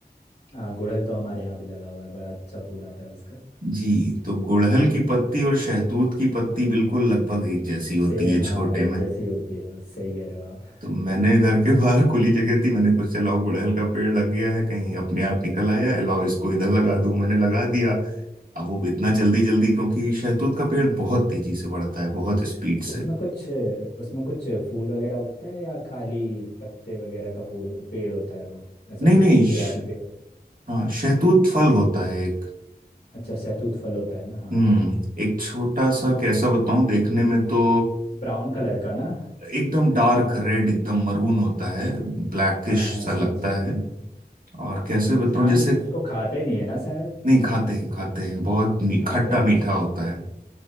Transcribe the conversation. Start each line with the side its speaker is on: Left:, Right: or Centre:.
Left: हाँ गुड़हल तो हमारे यहाँ भी लगा हुआ है बड़ा अच्छा फूल आता है उसका
Right: जी तो गुड़हल की पत्ती और शहतूत की पत्ती बिल्कुल लगभग एक जैसी होती
Left: सेम
Right: है छोटे
Left: हाँ एक
Right: में
Left: जैसी होती है बस सही कह रहे हो आप
Right: तो मैंने घर के बाहर खुली जगह थी मैंने कुछ चलाओ गुड़हल का पेड़ लग गया है कहीं अपने आप निकल आया है, लाओ इसको इधर लगा दूं मैंने लगा दिया अब वो इतना जल्दी जल्दी क्योंकि शहतूत का पेड़ बहुत तेजी से बढ़ता है बहुत स्पीड से
Left: उसमें कुछ उसमें कुछ फूल वगैरह उगता है या खाली पत्ते वगैरह का फूल पेड़ होता है वो ऐसा
Right: नहीं नहीं
Left: कुछ
Right: श-
Left: जो आपने पेड़
Right: हाँ शहतूत फल होता है एक,
Left: अच्छा सहतूत फल होता है ना हाँ
Right: हम्म एक छोटा सा कैसा बताऊं देखने में तो
Left: ब्राउन कलर का ना
Right: एकदम डार्क रेड एकदम मरून होता है ब्लैकिश
Left: हाँ हाँ हाँ
Right: सा
Left: समझ
Right: लगता
Left: गया मैं
Right: है और कैसे
Left: हम्म,
Right: बताऊं
Left: खाने
Right: जैसे
Left: उसको खाते नहीं है ना शायद
Right: नहीं खाते हैं खाते हैं बहुत
Left: अच्छा
Right: मी,
Left: खाते
Right: खट्टा
Left: हैं ना
Right: मीठा
Left: उसको।
Right: होता है